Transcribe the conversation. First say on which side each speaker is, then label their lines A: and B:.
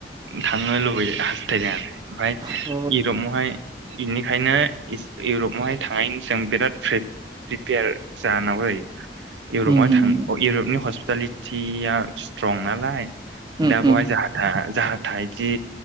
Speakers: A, on the right; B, on the right.
A: थांनो लुबै हास्थायदों आरो। ओमफाय
B: अ
A: इउरपआवहाय बेनिखायनो इस इउरपावहाय थांनायनि सिगां बिराद प्रिपेयार जानांगौ जायो। इउरप
B: उम उम
A: थां इउरपनि हस्पिटालिटिया स्ट्रं नालाय
B: हुँ,
A: दा
B: हुँ,
A: बेहाय जा जाहा थाहा जाहा थाहा इदि